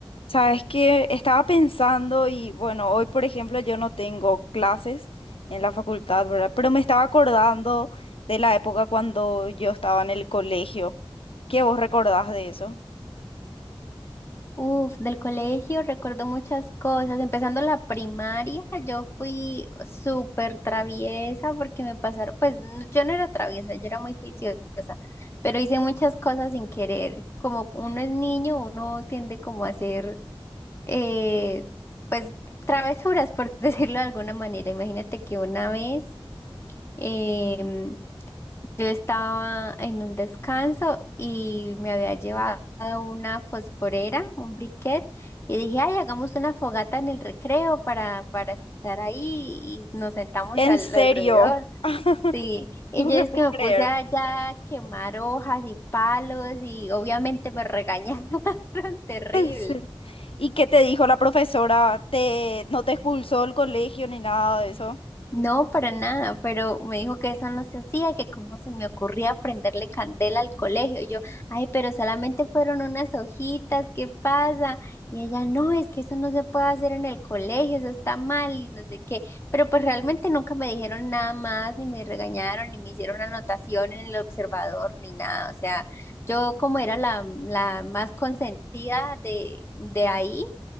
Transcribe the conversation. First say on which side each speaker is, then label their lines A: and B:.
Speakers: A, on the left; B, on the left.
A: Sabes que estaba pensando y bueno, hoy por ejemplo yo no tengo clases en la facultad, ¿verdad? Pero me estaba acordando de la época cuando yo estaba en el colegio. ¿Qué vos recordás de eso?
B: Uf, del colegio recuerdo muchas cosas. Empezando la primaria, yo fui súper traviesa porque me pasaron, pues n- yo no era traviesa, yo era muy juiciosa, pero hice muchas cosas sin querer. Como uno es niño, uno tiende como a hacer, eh, pues, travesuras, por <laughs> decirlo de alguna manera. Imagínate que una vez... em, Yo estaba en un descanso y me había llevado una fosforera, un briquet, y dije, ay, hagamos una fogata en el recreo para, para estar ahí y nos sentamos
A: En
B: al-
A: serio,
B: alrededor.
A: <laughs>
B: Sí, y
A: no
B: yo
A: te
B: es
A: puedo
B: que me
A: creer.
B: puse allá a quemar hojas y palos y obviamente me regañaron <laughs>
A: <laughs>
B: terrible.
A: En serio. ¿Y qué te dijo la profesora? ¿Te, no te expulsó del colegio ni nada de eso?
B: No, para nada, pero me dijo que eso no se hacía, que cómo se me ocurría prenderle candela al colegio. Y yo, ay, pero solamente fueron unas hojitas, ¿qué pasa? Y ella, no, es que eso no se puede hacer en el colegio, eso está mal y no sé qué. Pero pues realmente nunca me dijeron nada más, ni me regañaron, ni me hicieron anotación en el observador, ni nada. O sea, yo como era la, la más consentida de, de ahí.